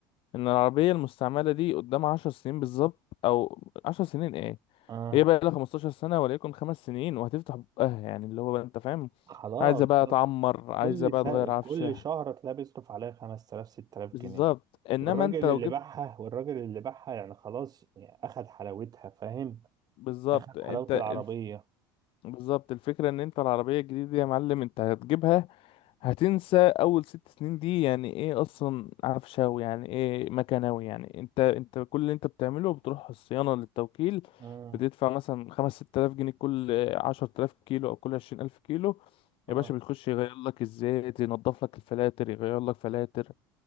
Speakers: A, on the left (about 55°); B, on the right (about 35°).
A: ان العربية المستعملة دي قدام عشر سنين بالظبط او عشر سنين ايه
B: اه
A: هي بقى لها 15 سنة وليكن خمس سنين وهتفتح بقها يعني اللي هو بقى انت فاهم
B: خلاص
A: عايزة بقى
B: خلاص.
A: تعمر عايزة
B: كل
A: بقى
B: سا...
A: تغير عفشها
B: كل شهر تلاقيه بيصرف عليها 5000 6000
A: بالظبط
B: جنيه
A: انما
B: والراجل
A: انت لو
B: اللي
A: جبت
B: باعها والراجل اللي باعها يعني خلاص يعني اخد حلاوتها فاهم
A: بالظبط
B: اخد
A: انت
B: حلاوة
A: الف...
B: العربية
A: بالظبط الفكرة ان انت العربية الجديدة دي يا معلم انت هتجيبها هتنسى اول ست سنين دي يعني ايه اصلا عفشاوي يعني ايه مكناوي يعني انت انت كل اللي انت بتعمله بتروح الصيانة للتوكيل
B: اه
A: بتدفع مثلا خمس ست الاف جنيه كل عشر تلاف كيلو او كل عشرين الف كيلو
B: اه
A: يا باشا بيخش يغير لك الزيت ينضف لك الفلاتر يغير لك فلاتر